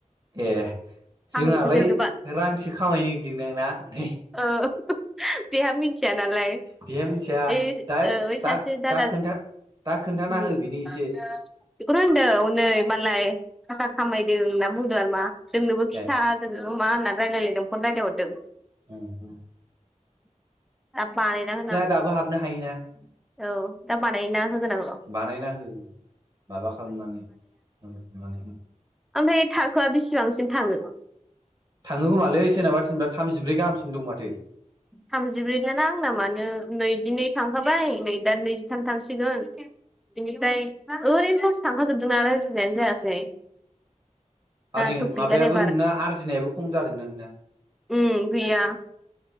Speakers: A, on the right; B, in the centre.
A: ए जोंहालाय
B: आं जोंनोबा
A: रांसो खामायनो <unintelligible> दोंना हनै
B: ओ बेहा मिथिया नालाय
A: बेहा मिथिया
B: ओइ
A: दा
B: ओ
A: दा
B: सासे दादा
A: दा खोन्था
B: उ
A: दा खोन्थाना हो बेनो एसे
B: सासेया बेखौनो होनदों हनै मालाय थाखा खामायदों होनना बुंदों आरो मा जोंनोबो खिथा
A: ए
B: जोंनोबो मा होननानै रायलायलायदों फन रायलायहरदों
A: औ औ
B: <inaudible> दा बानायना होनांगौ
A: दाबो हाबनो हायोना
B: औ दा बानायना होगोन आ औ
A: बानायना हो माबा खालामनानै <unintelligible> नानै
B: ओमफ्राय थाखोआ बेसेबांसिम थाङो
A: थाङो खोमालै सोरनाबा सोरबा थामजिब्रै गाहामसिम दं माथो
B: थामजिब्रै न ना आंना मानो नैजिनै थांखाबाय नै दा नैजिथाम थांसिगोन बेनिफ्राय ओरैनो लस थांखाजोबदोंना रायज्लायनायानो जायासै दाथ'
A: आरो
B: गैला
A: माबायाबो
B: नै
A: नोंना आरजिनायाबो खम जादोंना नोंना
B: उ गैया